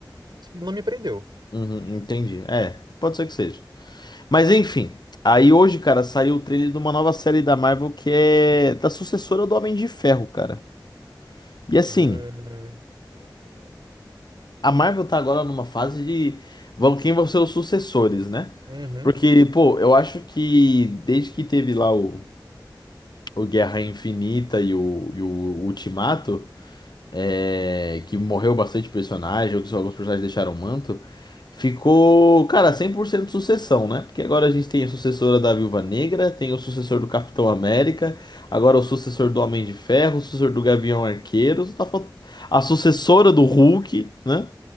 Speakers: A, on the right; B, on the left.
A: só que não me prendeu.
B: Uhum, entendi. É, pode ser que seja. Mas enfim. Aí hoje, cara, saiu o trailer de uma nova série da Marvel que é da sucessora do Homem de Ferro, cara. E assim,
A: Hum,
B: a Marvel tá agora numa fase de. Vão, quem vão ser os sucessores, né?
A: uhum.
B: Porque, pô, eu acho que desde que teve lá o o Guerra Infinita e o, e o Ultimato, é, que morreu bastante personagem, ou que só alguns personagens deixaram o manto, ficou, cara, 100% sucessão, né? Porque agora a gente tem a sucessora da Viúva Negra, tem o sucessor do Capitão América, agora o sucessor do Homem de Ferro, o sucessor do Gavião Arqueiro, só tá falt- a sucessora do Hulk, né?